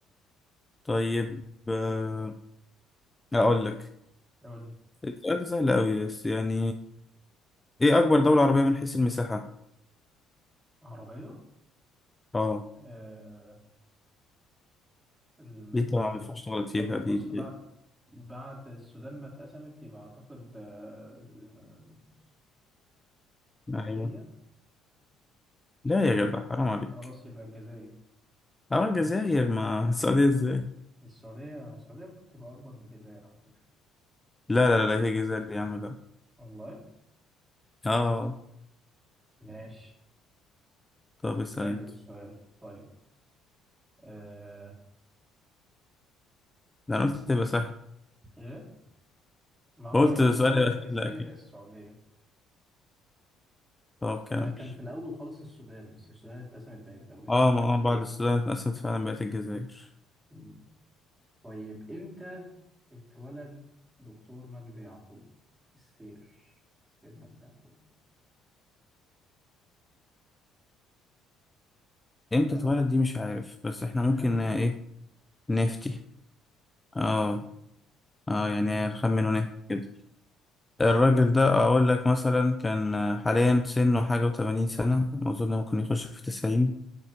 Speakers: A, on the left (about 15°); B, on the right (about 15°).
A: طيب آه، اقول لك
B: يقول لي
A: السؤال ده سهل قوي بس يعني ايه اكبر دولة عربية من حيث المساحة
B: عربية
A: اه
B: آه ال...
A: دي طبعا ما ينفعش تغلط فيها
B: طب بص
A: دي, دي.
B: بعد بعد السودان ما اتقسمت يبقى أعتقد آه، آه،
A: ايوه
B: السعودية
A: لا يا جدع حرام عليك
B: خلاص يبقى الجزائر
A: اه الجزائر ما <laughs> السعودية ازاي
B: السعودية السعودية ممكن تبقى أكبر من الجزائر على فكرة
A: لا لا لا هي جزائر يا عم لا
B: والله
A: اه
B: ماشي
A: طب اسأل
B: حلو
A: انت
B: السؤال طيب آه...
A: ده انا قلت تبقى سهل
B: إيه ما هو
A: قلت سؤال
B: ما هو
A: الأخير
B: يا الجزائر
A: أكيد
B: يا السعودية
A: طب كمل
B: آه، كان في الأول خالص السودان بس السودان اتقسمت بقت دولتين
A: اه ما آه، بعد السودان اتقسمت فعلا بقت الجزائر
B: مم. طيب إمتى اتولد دكتور مجدي يعقوب السير السير مجدي يعقوب
A: امتى
B: تعرف
A: اتولد دي مش عارف بس احنا ممكن
B: خمن
A: آه، ايه نفتي اه
B: خمن
A: اه يعني نخمن ونهبط كده الراجل ده اقول لك مثلا كان آه، حاليا سنه حاجة وتمانين سنة اظن ممكن يخش في تسعين